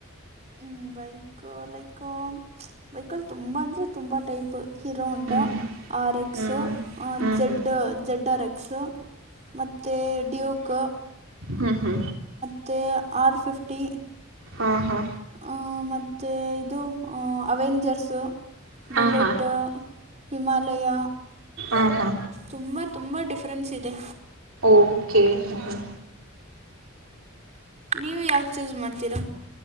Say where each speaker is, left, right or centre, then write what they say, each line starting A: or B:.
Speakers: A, on the right; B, on the right.
A: ಹ್ಮ ಬೈಕ್ ಲೈಕ್ ಬೈಕಲ್ ತುಂಬ ಅಂದ್ರೆ ತುಂಬ ಟೈಪ್. ಹಿರೋ ಹಂಡಾ
B: ಹ್ಞೂ
A: ಆರ್ ಎಕ್ಸ್
B: ಹ್ಞೂ ಹ್ಞೂ
A: ಜೆಡ್ಡು
B: ಹ್ಞೂ
A: ಜೆಡ್ಡ ಆರ ಎಕ್ಸ್. ಮತ್ತೆ ಡ್ಯೂಕ.
B: ಹ್ಮ ಹ್ಮ
A: ತ್ತೇ ಆರ್ಫಿಫ್ಟಿ
B: ಹಾ ಹಾ
A: ಆ ಮತ್ತೆ ಇದು ಅ ಅವೆಂಜರ್ಸು. ಬುಲೆಟ
B: ಆ ಹಾ
A: ಹಿಮಾಲಯ
B: ಆ ಹಾ
A: ತುಂಬ ತುಂಬ ಡಿಫ್ರೆನ್ಸ್ ಇದೆ.
B: ಓಕೆ ಹ್ಮ ಹ್ಮ
A: ನೀವ ಯಾವ್ದ್ ಚೂಸ್ ಮಾಡ್ತಿರ.